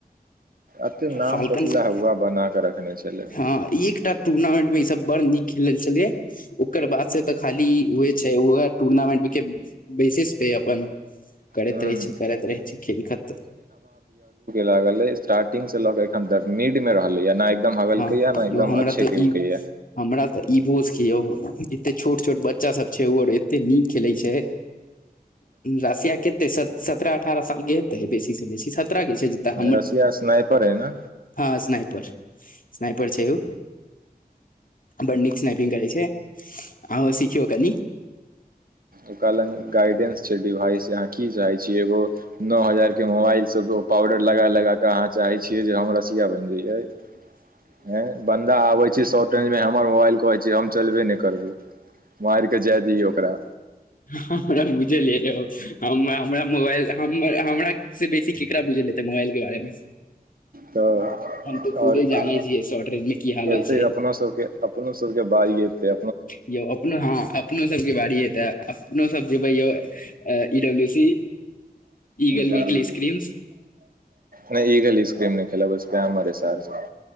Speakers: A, on the right; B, on the left.
A: एते नाम
B: फाल्कन
A: कथि
B: से
A: लऽ होआ बना क रखने छलै
B: हँ एक टा टूर्नामेंट मे ई सब बड़ नीक खेलल छलै यऽ ओकर बाद से तऽ खाली उहे छै उहै टूर्नामेंट केऽ बेसिस पे अपन करैत
A: हूँ
B: रहै छै करैत रहै छै खेल खतम
A: लागलै स्टारटिंगग से लऽ के एखन तक मिड मे रहले या नइ एकदम हगल
B: हँ
A: के य नइ एकदम
B: यौ हमरा
A: अच्छे
B: तऽ
A: केलक
B: ई
A: ये
B: हमरा तऽ ई बोस के यौ एते छोट छोट बच्चा सब छै उ अर एते नीक खेलै छै रसिया कते सत्रह अठारह सालके हेतै बेसी से बेसी सत्रह के छै जैते हमर
A: रसिया स्नाइपर अइ ने
B: हँ स्नाइपर स्नाइपर छै उऽ बड नीक स्नपिंग करै छै आहुँ सिखियौ कनि
A: ओकरा लंग गाइडेंस छै डिभाइस आहाँ की चाहै छी एगो नओ हजार के मोबाइल सब पाउडर लगा लगाक अहाँ चाहे छीयै जे हम रसिया बैन जाइये बंदा आबै छै शॉर्ट रेंज मे हमर मोबाइल कहै जे हम चलबे नहि करबौ मारिके जाए दियौ ओकरा
B: हमरा बुझलियै ओ हमरा मोबाइल हमरा से बेसी केकरा बुझल हेतै मोबाइल के बारे मे
A: तऽ
B: हम तऽ खुदे
A: आओर
B: जानै
A: कि
B: छियै शॉर्ट रेंज मे की हाल
A: एतै
B: होइ छै
A: अपनो सबके अपनो सबके बारी एतै
B: यौ अपनो हँ अपनो सबके बारी एतै अपनो सब् जेबैयौ इ डब्ल्यू सी ईगल
A: जरूर
B: वलस क्रीम्स
A: नहि ईग इसकीम नहि खेलबैसक मरे सारस